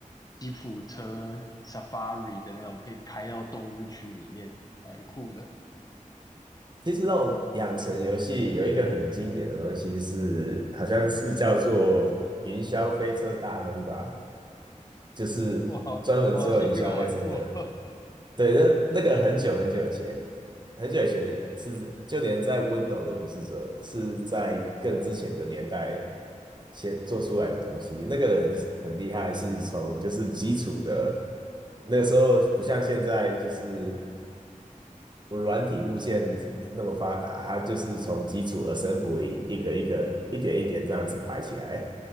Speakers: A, on the left; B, on the right.
A: 吉普车 Safari 的那种，可以开到动物区里面，蛮酷的。
B: 其实那种养成游戏有一个很经典的东西是，好像是叫做云霄飞车大亨吧。就是专门做云消费车的。
A: 我好，我好像有玩过 <laughs>
B: 对，那那个很久很久以前，很久以前是就连在 Windows 都不是这，是在更之前的年代先做出来的东西。那个人很厉害，是从就是基础的，那个时候不像现在就是我软体物件那么发达，它就是从基础 assembly 一个一个、一点一点这样子排起来，